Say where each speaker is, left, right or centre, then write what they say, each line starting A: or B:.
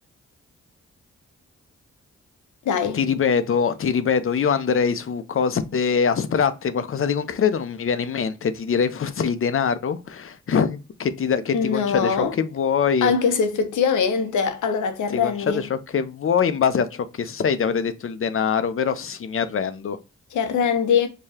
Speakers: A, on the left; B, on the left.
A: Dai,
B: Ti ripeto, ti ripeto, io andrei su cose astratte, qualcosa di concreto non mi viene in mente, ti direi forse il denaro <laughs> che ti, dà- che
A: no.
B: ti concede ciò che vuoi.
A: Anche se effettivamente, allora ti arrendi?
B: ti concede ciò che vuoi in base a ciò che sei, ti avrei detto il denaro, però sì, mi arrendo.
A: Ti arrendi?